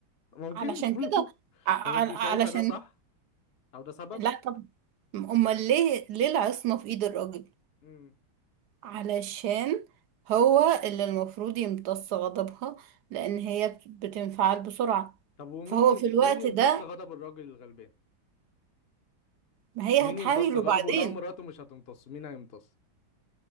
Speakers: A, on the left (about 50°); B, on the right (about 65°).
A: ممكن
B: علشان كده
A: <laughs>
B: ع-
A: طب انت
B: ع-
A: شايفة
B: علشان
A: ده صح او ده سبب
B: لا طبعا امال ليه ليه العصمة في ايد الراجل
A: امم
B: علشان هو اللي المفروض يمتص غضبها لان هي بت- بتنفعل بسرعة
A: طب ومين
B: فهو
A: ي...
B: في
A: مين
B: الوقت
A: يمتص
B: ده
A: غضب الراجل الغلبان
B: ما هي
A: مين
B: هتحايله
A: يمتص غضبه
B: بعدين
A: لو مراته مش هتمتص مين هيمتص